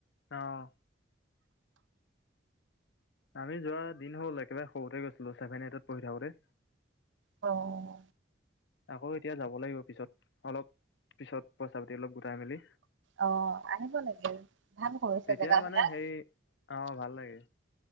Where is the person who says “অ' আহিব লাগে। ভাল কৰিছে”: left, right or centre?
Right